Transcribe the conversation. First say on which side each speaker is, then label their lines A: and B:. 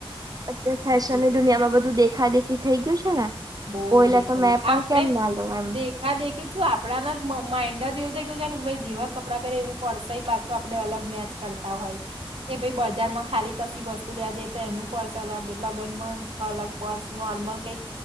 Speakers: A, on the right; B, on the right.
A: અત્યારે
B: સાચી
A: ફેશનની
B: વાત
A: દુનિયામાં બધું દેખા દેખ કે થઈ ગયું છે
B: બહ
A: કોઈ લે
B: દેખા
A: તો મેં
B: દ
A: પણ
B: આપણેે
A: કેમ ના લઉં એમ
B: દેખા દેખી શ આપણાના જ માઇન્ડ જ એવું દખવું છે કે ભાઈ જેવા કપડાં પહેરે એવું પડશે પાછું આપડેલગ મેચ કર કરતા હોય કે ભાઈ બજાર માં ખાલી કશી વસ્તુ લેવા જઈ તો એનું પર્સ અલગ લગ્નમાં અલગ પર્સ ન લ કઈ